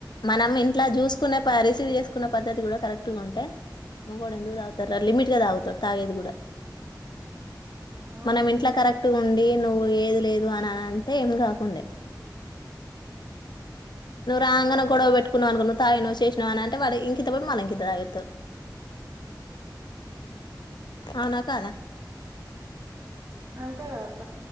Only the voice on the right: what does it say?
అవును
ఇగ
అంతే ఉంటది
అంతే గదా. కా.